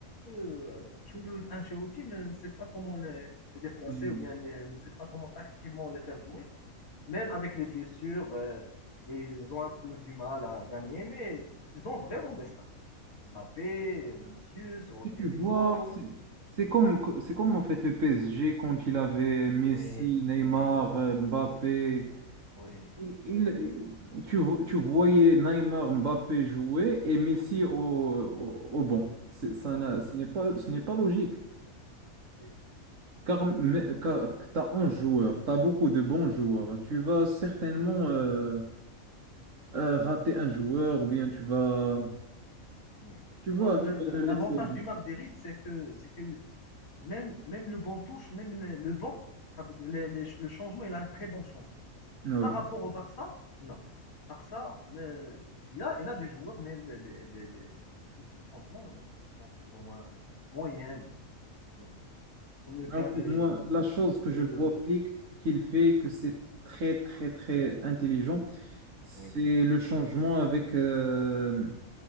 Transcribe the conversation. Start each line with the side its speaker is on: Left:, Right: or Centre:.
Left: euh, Ancelotti Ancelotti ne sait pas comment les, les déplacer
Right: Je-
Left: ou bien ne, ne sait pas comment tactiquement les faire jouer. Même avec les blessures, euh, ils ont un peu du mal à gagner, mais ils ont vraiment des stars. Mbappé, Vinicius, Rodrigo
Right: Si tu
Left: Hugo.
Right: vois, c'est c'est comme, c'est comme en fait le PSG quand il avait Messi,
Left: Oui,
Right: Neymar,
Left: oui,
Right: euh, Mbappé,
Left: oui,
Right: Il- il-
Left: oui,
Right: tu, vo- tu voyais Neymar, Mbappé jouer et Messi au, au, au banc. C'est- Ça n'a- ce n'est pas, ce n'est pas logique.
Left: oui,
Right: Car, mais- car tu as 11 joueurs, tu as beaucoup de bons joueurs. Tu vas certainement euh, euh, rater un joueur ou bien tu vas,
Left: oui.
Right: tu vois,
Left: Non, le-
Right: tu
Left: le-
Right: vas le
Left: l'avantage
Right: laisser.
Left: du Marguerite, c'est que, c'est que même, même le banc touche, même le, le banc, ça veut dire, les- les- le changement, il a un très bon changement.
Right: Oui.
Left: Par rapport au Barça, non. Barça, euh, il a, il a des joueurs, mais les, les- les- les- joueurs de changement euh, sont plus ou moins moyennes. Donc, Comme le cas
Right: Alors
Left: de...
Right: pour moi, la chose que
Left: de
Right: je vois Flick qu'il fait, que c'est très, très, très intelligent, c'est
Left: oui.
Right: le changement avec, euh,